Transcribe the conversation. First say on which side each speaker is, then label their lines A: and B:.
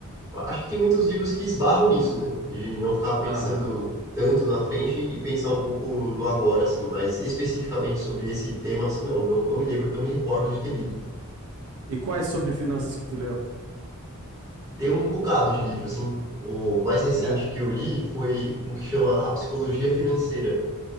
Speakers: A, on the right; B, on the right.
A: Eu Acho que tem muitos livros que esbarram nisso, né? De não ficar pensando
B: Aham.
A: tanto na frente e pensar um pouco no agora, assim. Mas especificamente sobre esse tema, assim, não, não, não me lembro, não me recordo de ter lido.
B: E quais sobre finanças que tu leu?
A: Tem um bocado de livro, assim. O mais recente
B: É?
A: que eu li foi um que chama A Psicologia Financeira.